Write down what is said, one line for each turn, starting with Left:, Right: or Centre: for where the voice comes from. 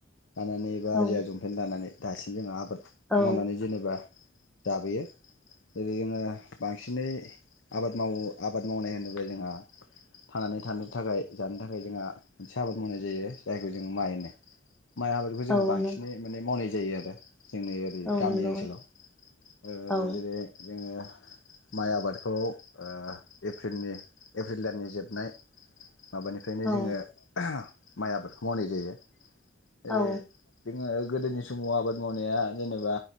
Left: दानानै एबा
Centre: औ
Left: आजै आजौफोरनिफ्राय दानानै दासिम जों आबाद
Centre: औ
Left: मावनानै जेनेबा जाबोयो। ओरै जोङो बांसिनै आबाद मावो। आबाद मावनाय होनोब्ला जोंहा थांनानै थानो थाखाय जानो थाखाय जोंहा मोनसे आबाद मावनाय जायो जायखौ जों माइ होनो। माइ आबादखौ जोङो
Centre: औ
Left: बांसिनै
Centre: नों
Left: माने मावनाय जायो आरो। जोंनि ओरै
Centre: औ
Left: गामि
Centre: नंगौ
Left: ओनसोलाव ओ
Centre: औ
Left: जेरै जोङो माइ आबादखौ ओ एप्रिलनि एप्रिल दाननि जोबनाय माबानिफ्रायनो
Centre: औ
Left: जोङो माइ आबादखौ मावनाय जायो। एरै
Centre: औ
Left: जोङो गोदोनि समाव आबाद मावनाया जेनेबा